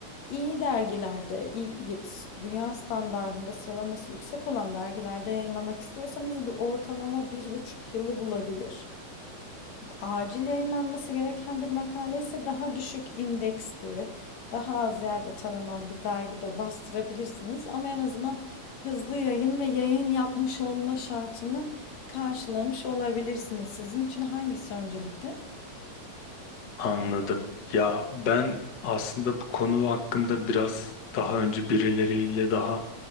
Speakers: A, on the left (about 70°); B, on the left (about 50°).
A: iyi dergilerde, iyi, dünya standartında sıralaması yüksek olan dergilerde yayınlamak istiyorsanız bu ortalama bir buçuk yılı bulabilir acil yayınlanması gereken bir makale ise daha düşük indeksli, daha az yerde taranan bir dergide bastırabilirsiniz. Ama en azından hızlı yayın ve yayın yapmış olma şartını karşılamış olabilirsiniz. Sizin için hangisi öncelikli?
B: Anladım. Ya ben aslında bu konu hakkında biraz daha önce birileriyle daha